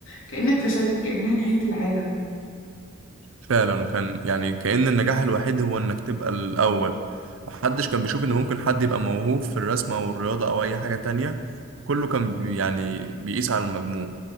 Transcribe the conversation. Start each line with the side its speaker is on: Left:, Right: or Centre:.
Left: كانك فشلت كانها نهايه العالم
Right: فعلا وكان يعني كأن النجاح الوحيد هو إنك تبقى الأول محدش كان بيشوف إن ممكن حد يبقى موهوب في الرسم أو الرياضة أو أي حاجة تانية كله كان بي- يعني بيقيس على المجموع